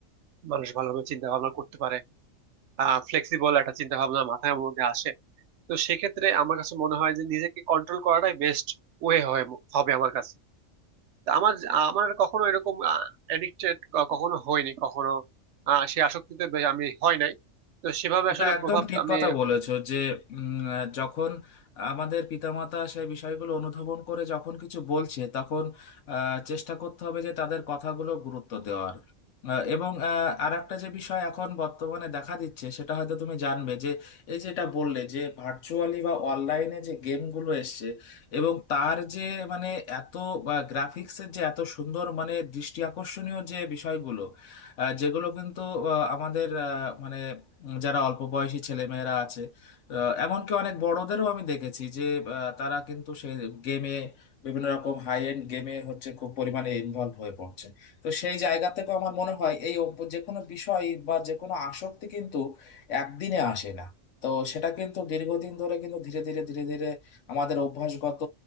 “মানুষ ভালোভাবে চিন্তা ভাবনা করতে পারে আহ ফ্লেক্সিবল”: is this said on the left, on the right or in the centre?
Right